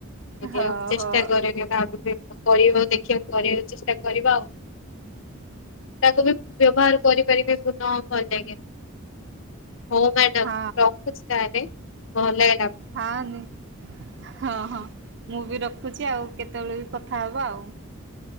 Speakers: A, on the left (about 65°); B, on the right (about 55°).
A: ିବାକୁ
B: ହଁ
A: ଚେଷ୍ଟା
B: ହଁ ହଁ।
A: କରିବି ଭ କରିବ ଦେଖିବାକୁ କରିବାକୁ ଚେଷ୍ଟା କରିବା ଆଉ। ତାକୁ ବି ବ୍ୟବହାର କରିପାରିବେ ପୁଣଃ ଭଲ ଲାଗେ ହଉ ମ୍ୟାଡାମ
B: ହଁ
A: ରଖୁଛି ତାହଲେ ନହେଲେ
B: ହଁ ନ ହଁ ହଁ। ମୁଁ ବି ରଖୁଛି ଆଉ କେତେବେଳେ ବି କଥା ହବା ଆଉ।